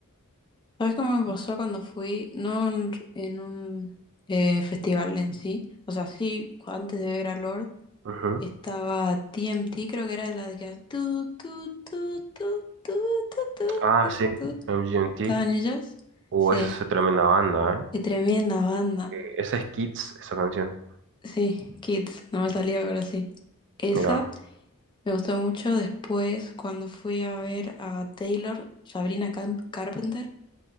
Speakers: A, on the left; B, on the right.
A: ¿Sabes cómo me pasó cuando fui? No en, en un eh, festival en sí. O sea, sí, antes de ver a Lord
B: Ujú.
A: Estaba T M T creo que era la de que... Tu, tu, tu, tu, tu, tu, tu,
B: Ah,
A: tu,
B: sí,
A: tu.
B: MGMT.
A: ¿Estaban ellos?
B: Uh,
A: Sí,
B: esa es tremenda banda, ¿eh?
A: qué tremenda banda.
B: Que- Esa es Kids, esa canción.
A: Sí, Kids, no me salía, pero sí. Esa
B: Mira,
A: me gustó mucho después cuando fui a ver a Taylor, Sabrina Cam- Carpenter.